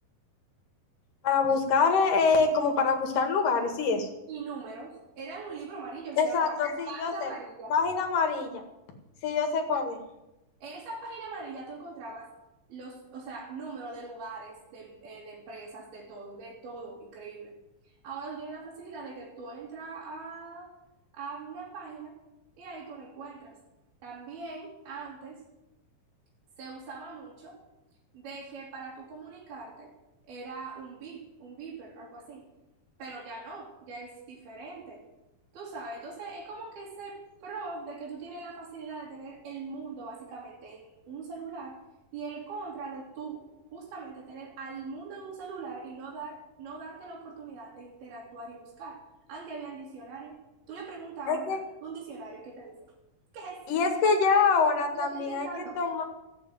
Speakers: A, on the left; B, on the right.
A: para buscar, eh, como para buscar lugares y eso.
B: y números, era un libro amarillo,
A: Exacto,
B: se llamaba
A: sí,
B: Página
A: yo sé.
B: Amarilla.
A: Página amarilla. Sí, yo sé cuál es.
B: En esa página amarilla tú encontrabas los, o sea, números de lugares, de, eh, de empresas, de todo, de todo, increíble. Ahora tú tienes la facilidad de que tú entras a, a una página y ahí tú lo encuentras. También antes... se usaba mucho de que para tú comunicarte era un beep, un beeper, algo así. Pero ya no, ya es diferente. Tú sabes, entonces es como que ese pro de que tú tienes la facilidad de tener el mundo básicamente en un celular y el contra de tú justamente tener al mundo en un celular y no dar no darte la oportunidad de interactuar y buscar. Antes había un diccionario Tú le preguntas ahora
A: Es que,
B: un diccionario y ¿qué te dice? ¿Qué es?
A: y es que ya ahora también
B: Lo estoy intentando.
A: hay que tomar